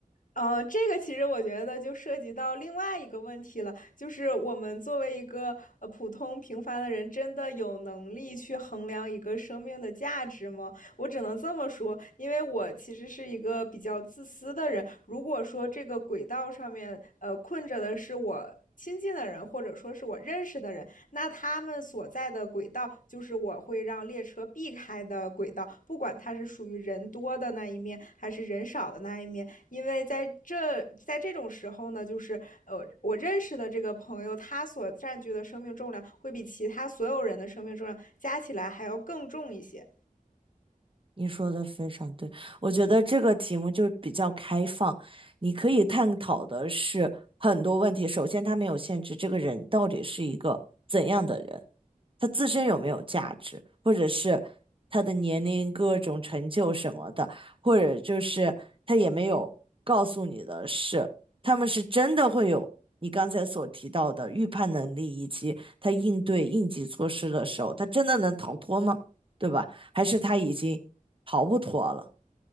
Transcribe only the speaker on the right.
你说的非常对，我觉得这个题目就是比较开放，你可以探讨的是很多问题。首先，他没有限制这个人到底是一个怎样的人，他自身有没有价值，或者是他的年龄、各种成就什么的，或者就是他也没有告诉你的是，他们是真的会有你刚才所提到的预判能力，以及他应对应急措施的时候，他真的能逃脱吗？对吧？还是他已经逃不脱了？